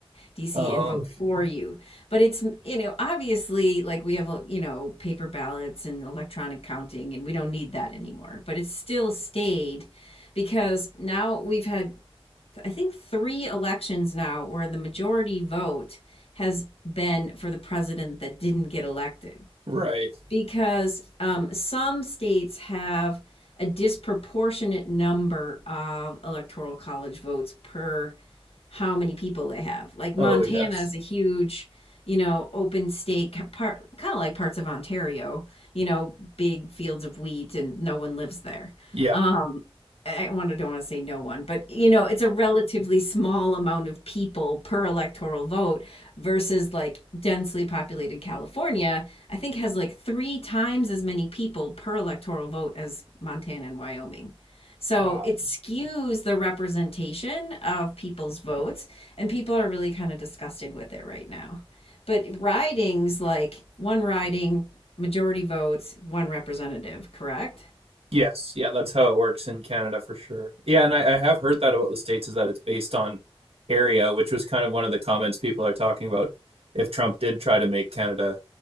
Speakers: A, on the left; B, on the right.
A: D.C.
B: Oh,
A: and vote for you. But it's, you know, obviously like we have, you know, paper ballots and electronic counting, and we don't need that anymore. But it's still stayed because now we've had, I think, three elections now where the majority vote has been for the president that didn't get elected
B: right.
A: because um, some states have a disproportionate number of electoral college votes per how many people they have. Like
B: Oh,
A: Montana
B: yes.
A: is a huge, you know, open state, part kind of like parts of Ontario. You know, big fields of wheat, and no one lives there.
B: Yeah.
A: Um, I want to don't want to say no one, but you know, it's a relatively small amount of people per electoral vote versus like densely populated California, I think has like three times as many people per electoral vote as Montana and Wyoming. So
B: Wow.
A: it skews the representation of people's votes, and people are really kind of disgusted with it right now. But ridings, like one riding, majority votes, one representative, correct?
B: Yes. Yeah. That's how it works in Canada for sure. Yeah, and I, I have heard that about the states is that it's based on area, which was kind of one of the comments people are talking about. If Trump did try to make Canada